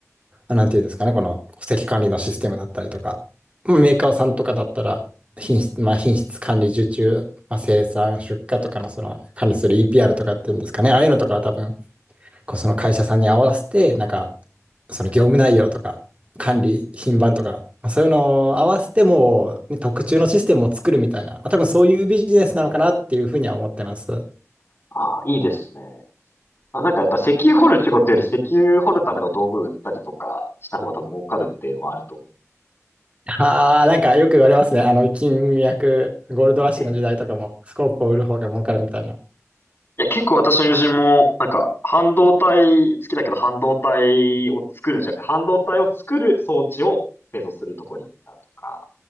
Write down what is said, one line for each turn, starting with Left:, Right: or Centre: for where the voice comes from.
Right: なんていうんですかね、この戸籍管理のシステムだったりとか、メーカーさんとかだったら、品質、まあ、品質管理受注、まあ、生産、出荷とかのその管理する EPR とかっていうんですかね、ああいうのとかは多分、こうその会社さんに合わせて、なんか、その業務内容とか、管理、品番とか、まあそういうのを合わせてもう、ね特注のシステムを作るみたいな、まあ多分そういうビジネスなのかなっていうふうには思ってます。
Left: ああ、いいですね。まあ、なんかやっぱ石油掘る仕事より石油掘るための道具売ったりとかした方が多分儲かるっていうのはあると思うの
Right: ああ、なんかよく言われますね。あの、金脈、ゴールドラッシュの時代とかも、
Left: で。
Right: スコープを売る方が儲かるみたいな。
Left: ねいや、結構私の友人も、なんか、半導体好きだけど、半導体を作るんじゃなくて、半導体を作る装置を製造するとこに行ったとか、